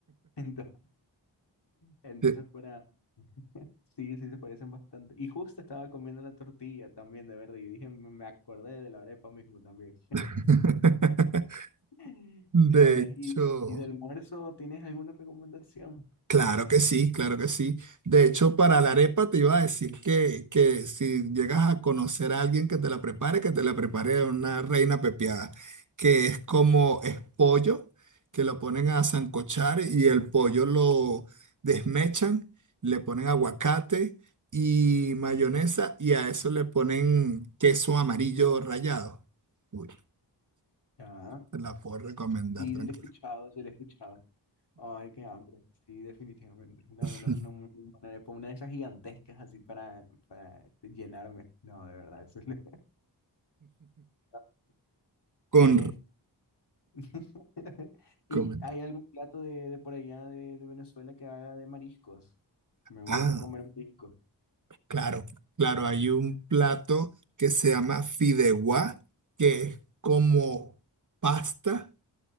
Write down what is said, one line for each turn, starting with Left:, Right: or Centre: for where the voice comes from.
Left: <laughs> Entonces
Right: De
Left: fuera, sí, sí se parecen bastante. Y justo estaba comiendo la tortilla también de verde y dije, me me acordé de la arepa mismo también.
Right: <laughs>
Left: <laughs>
Right: de
Left: Ah,
Right: hecho.
Left: y, y de almuerzo, ¿tienes alguna recomendación?
Right: Claro que sí, claro que sí. De hecho, para la arepa te iba a decir que, que si llegas a conocer a alguien que te la prepare, que te la prepare una reina pepiada, que es como es pollo, que lo ponen a sancochar y el pollo lo desmechan, le ponen aguacate y mayonesa y a eso le ponen queso amarillo rallado. Uy,
Left: Ah,
Right: te la puedo recomendar,
Left: sí,
Right: tranquila.
Left: sí, le he escuchado, sí, le he escuchado. Ay, qué hambre. Sí, definitivamente. Una,
Right: <laughs>
Left: una, una muy buena arepa, una de esas gigantescas así para, para este, llenarme. No, de verdad. eso es lo- <laughs>
Right: Con,
Left: Este, <laughs> ¿Y
Right: con
Left: hay algún plato de, de por allá de, de Venezuela que haga de mariscos? Me gusta
Right: Ah,
Left: comer mariscos.
Right: claro, claro, hay un plato que se llama fideuá, que es como pasta